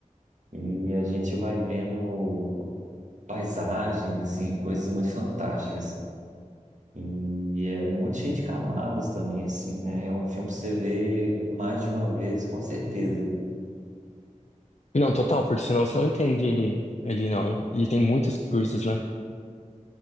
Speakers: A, on the right; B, on the left.
A: E a gente vai vendo paisagens, assim, coisas muito fantásticas. E é muito cheio de camadas também, assim, né? É um filme que você vê mais de uma vez, com certeza.
B: Não, total, porque senão você não entende ele, ele não. Ele tem muitas coisas, né?